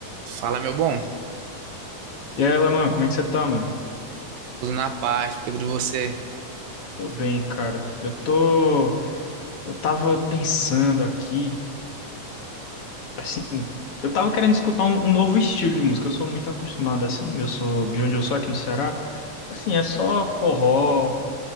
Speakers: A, on the right; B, on the left.
A: Fala, meu bom.
B: E aí, Laman, como é que você tá, mano?
A: Tudo na paz, Pedro, e você?
B: Tô bem, cara. Eu tô. Eu tava pensando aqui, assim. Eu tava querendo escutar um, um novo estilo de música. Eu sou muito acostumado assim. Eu sou de onde eu sou aqui no Ceará. Assim, é só forró,